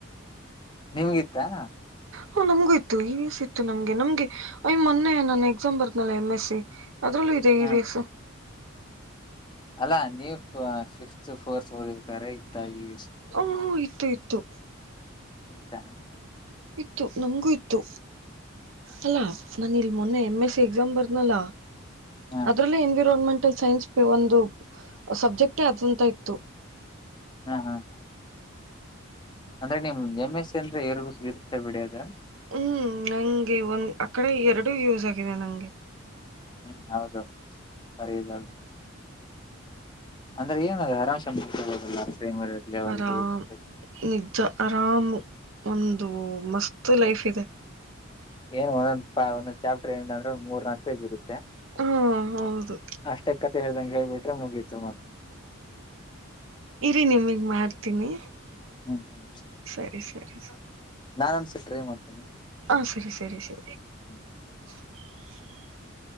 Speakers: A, on the left; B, on the right.
A: ನಿಮಿಗಿತ್ತಾ,
B: ಹ್ಮ್ ನಮ್ಗೂ ಇತ್ತು, ಇ ವಿ ಎಸ್ ಇತ್ತು, ನಮ್ಗೆ ನಮ್ಗೆ ಅಯ್ ಮೊನ್ನೆ ನಾನ್ ಎಕ್ಸಾಮ್ ಬರ್ದ್ನಲ ಎಮ್ ಎಸ್ ಸಿ, ಅದ್ರಲ್ಲೂ ಇದೆ ಈ
A: ಹ
B: ವಿ ಯಸ್,
A: ಅಲ್ಲಾ ನೀವು ಫಿಫ್ತ್ ಫೋರ್ತ್ ಓದ್ಬೇಕಾರೆ ಇತ್ತಾ ಇವಿ
B: ಓ ಇತ್ತು, ಇತ್ತು
A: ಇತ್ತ,
B: ಇತ್ತು ನಮ್ಗೂ ಇತ್ತು, ಅಲ್ಲಾ ನಾನ ಇಲ್ ಮೊನ್ನೆ ಎಮ್ ಎಸ್ ಸಿ ಎಕ್ಸಾಮ್ ಬರ್ದನ್ನಲ್
A: ಹ
B: ಎನ್ವಿರೋಲ್ಮೆಂಟ್ ಟಲ್ ಸೈನ್ಸ್ ಒಂದು ಸಬ್ಜೆಕ್ಟೇ ಆದಂತ ಇತ್ತು.
A: ಹಾ ಹಾ ಅಂದ್ರೆ ನಿಮ್ ಎಮ್ ಎಸ್ ಸಿ ಅಂದ್ರೆ ಇರ ಇರುತ್ತೆ ಬಿಡಿ ಅದು.
B: ಹ್ಮ್ ನಂಗೆ ಒಂದ ಆಕಡೆ ಎರಡು ಯೂಸ್ ಆಗಿದೆ ನಂಗೆ,
A: ಹ್ಮ್ ಹೌದು ಸರಿ <unintelligible> ಅಂದ್ರೆ ಏನ ಅ ಆರಾಮ್ ಸೇ ಪ್ರೇಮ ಲೆಲ್
B: ಆರಾಮ್
A: <unintelligible>
B: ನಿಜ ಆರಾಮ್ ಒಂದು ಮಸ್ತ್ ಲೈಫ್ ಇದೆ.
A: ಏನ್ ಒಂದ್ ಒಂದೊಂದ್ ಚಾಪ್ಟರ್ ಏನ ಅಂದ್ರೆ ಮೂರ್ ನಾಕ ಪೇಜ ಇರುತ್ತೆ,
B: ಹಾ ಹೌದು
A: ಅಷ್ಟೇ ಕತೆ ಹೇಳ್ದಂಗೆ ಹೇಳ್ಬಿಟ್ರೆ ಮುಗೀತು ಮ
B: ಇರಿ ನಿಮಗ್ ಮಾಡ್ತೀನಿ.
A: ಹ್ಮ್ ಹ್ಮ್
B: ಸರಿ, ಸರಿ,
A: ನಾನೊಂದ್ಸರಿ ಟ್ರೈ ಮಾಡ್ತೀನಿ
B: ಹ ಸರಿ, ಸರಿ, ಸರಿ
A: ಹ್ಮ
B: <inaudible>